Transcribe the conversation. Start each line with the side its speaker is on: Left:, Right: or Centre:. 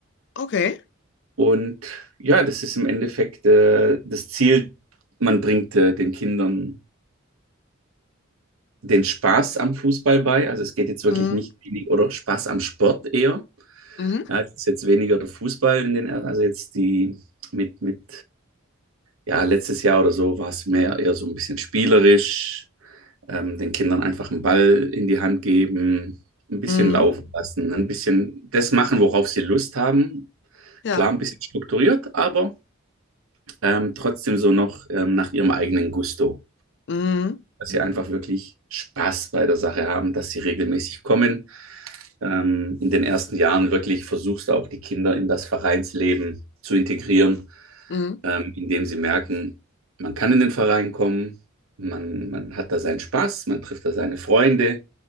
Left: Okay.
Right: Und ja, das ist im Endeffekt äh, das Ziel, man bringt äh, den Kindern den Spaß am Fußball bei. Also es geht jetzt wirklich
Left: Mhm.
Right: nicht wenig, oder Spaß am Sport eher.
Left: Mhm.
Right: Ja, es ist jetzt weniger der Fußball in den, also jetzt die mit, mit, ja, letztes Jahr oder so war es mehr eher so ein bisschen spielerisch, ähm, den Kindern einfach einen Ball in die Hand geben, ein bisschen
Left: Mhm.
Right: laufen lassen, ein bisschen das machen, worauf sie Lust haben.
Left: Ja.
Right: Klar, ein bisschen strukturiert, aber ähm, trotzdem so noch ähm, nach ihrem eigenen Gusto.
Left: Mhm.
Right: Dass sie einfach wirklich Spaß bei der Sache haben, dass sie regelmäßig kommen. Ähm, in den ersten Jahren wirklich versuchst du auch die Kinder in das Vereinsleben zu integrieren,
Left: Mhm.
Right: ähm, indem sie merken, man kann in den Verein kommen, man, man hat da seinen Spaß, man trifft da seine Freunde,